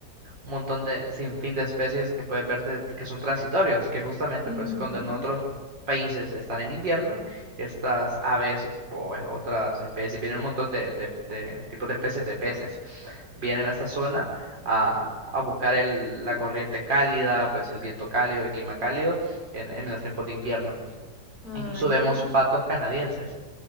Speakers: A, on the right (about 80°); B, on the right (about 55°).
A: un montón de sinfín de especies que puedes ver de- que son transitorios, que justamente
B: ujú.
A: pues cuando en otros países están en invierno, estas aves o es- otras especies, vienen un montón de, de- de tipos de especies de peces, vienen a esta zona a, a buscar el- la corriente cálida, pues el viento cálido, el clima cálido en, en los tiempos de invierno.
B: Ay,
A: Incluso vemos
B: y oye,
A: patos canadienses.